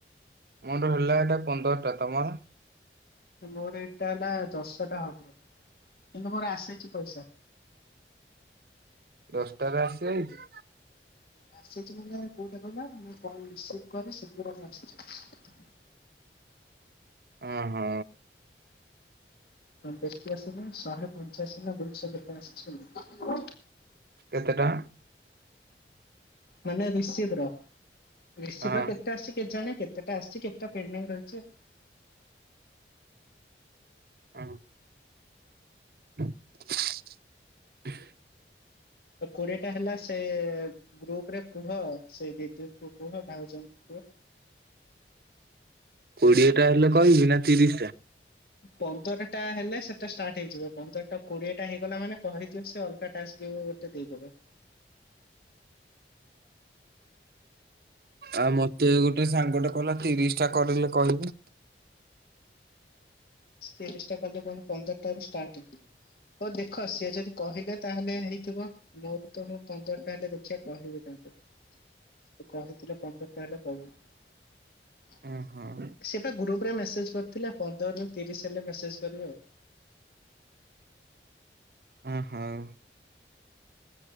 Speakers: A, on the right (about 55°); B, on the left (about 60°).
A: ମୋର ହେଲା ଏଇଟା ପନ୍ଦର ଟା, ତମର?
B: ମୋର ଏଇଟା ହେଲା ଦଶଟା ହବ କିନ୍ତୁ ମୋର ଆସିଚି ପଇସା।
A: ଦଶଟାରେ ଆସିଯାଇଚି?
B: ଆସିଚି ମାନେ କୋଉଟା କହିଲ, ମୁଁ କଲ୍ ରିସିଭ୍ କରେ ସେଗୁଡାକ ଆସିଚି।
A: ଓହୋ।
B: ହଁ, ବେଶୀ ଆସିନି ଶହେ ପଞ୍ଚାଅଶୀ ନା ଦୁଇଶହ କେତେ ଆସ୍ଚି ଆଉ।
A: କେତେଟା?
B: ମାନେ ରିସିଭର ରିସିଭର
A: ହଁ।
B: କେତେ ଆସିଛି କେଜାଣି, କେତେଟା ଆସିଛି କେତେ ପେମେଣ୍ଟ ରହିଛି।
A: ହଁ। ହ
B: ତ କୋଡିଏ ଟା ହେଲା ସେଇ ଗ୍ରୁପ ରେ କୁହ ସେଇ ଦିଦିଙ୍କୁ କୁହ ଭାଉଜଙ୍କୁ କୁହ।
A: କୋଡିଏ ଟା ହେଲେ କହିବି ନା ତିରିଶ ଟା?
B: ପନ୍ଦରଟା ହେଲେ ସେଟା ଷ୍ଟାର୍ଟ ହେଇଯିବ ପନ୍ଦର ଟା କୋଡିଏ ଟା ହେଇଗଲା ମାନେ କହିଯିବ ସେ ଅଲଗା ଟାସ୍କ ବୋ ତ ଦେଇଦେବେ।
A: ଆଉ ମତେ ଗୋଟେ ସାଙ୍ଗ ଟା କହିଲା ତିରିଶ ଟା କରିଲେ କହିବୁ।
B: ତତିରିଶ ଟା କଲେ କଣ ପନ୍ଦର ଟା ରୁ ଷ୍ଟାଟ୍। ହଉ ଦେଖ ସିଏ ଯଦି କହିଲେ ତାହେଲେ ହେଇଥିବ। ମୁଁ ବି ତ ମୁଁ ପନ୍ଦରଟା ହେଲେ ଦେଖିବା କହିବି ତାଙ୍କୁ। ସେ ତ କହିଥିଲେ ପନ୍ଦର ଟା ହେଲେ କହିବୁ।
A: ହଁ ହଁ।
B: ସେତ ଗ୍ରୁପ ରେ ମେସେଜ କରିଥିଲା ପନ୍ଦରରୁ ତିରିଶ ହେଲେ ମେସେଜ କରିବ ଆଉ।
A: ହଁ ହଉ।